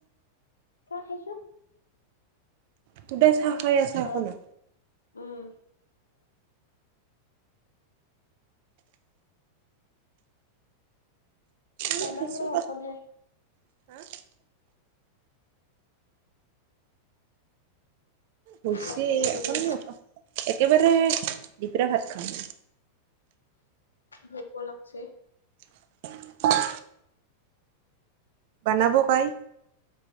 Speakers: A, on the left; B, on the right.
A: চাহ খাইছো।
B: সুদা চাহ খাই আছা অকলে?
A: আহ উম
B: এই
A: বাদাম
B: খাইছো
A: আৰু অকলহে।
B: ৰ। হৈছে
A: লাহে ধীৰে
B: অকণি এখন, একেবাৰে দিপৰিয়া ভাত খাম।
A: ভোকো লাগছে।
B: <inaudible> বানাব কাই।